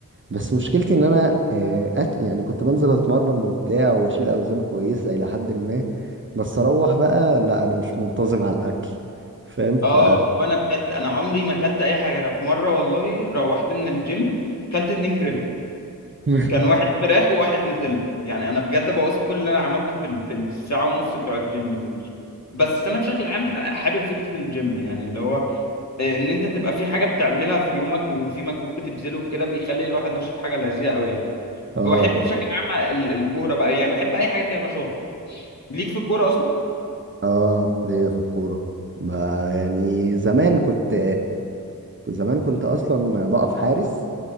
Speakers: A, on the right; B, on the left.
A: بس مشكلتي ان انا آه، أك... يعني كنت بنزل اتمرن وبتاع واشيل اوزان كويسة الى حد ما بس اروح بقى لا انا مش منتظم على الاكل فاهم ف
B: اه وانا بجد انا عمري ما اكلت اي حاجه انا في مره والله روحت من الجيم كلت اتنين كريب
A: <laughs>
B: كان واحد فراخ وواحد نوتيلا يعني انا بجد بوظت كل اللي انا عملته في ال- في الساعه ونص بتوع الجيم دول بس انا بشكل عام ح- حابب فكره الجيم يعني اللي هو آه، ان انت تبقى في حاجه بتعملها في يومك وفي مجهود بتبذله وكده بيخلي الواحد نشيط حاجه لذيذه قوي يعني
A: اه
B: وبحب بشكل عام ال- الكوره بقى يعني بحب اي حاجه فيها نشاط ليك في الكوره اصلا
A: اه ليا في الكورة ب- يعني زمان كنت زمان كنت اصلا بقف حارس